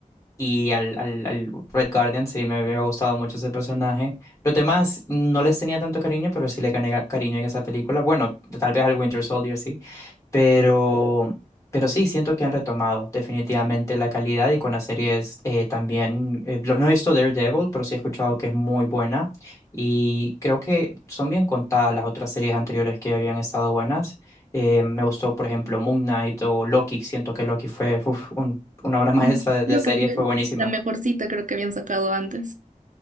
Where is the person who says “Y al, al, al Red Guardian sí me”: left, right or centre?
Left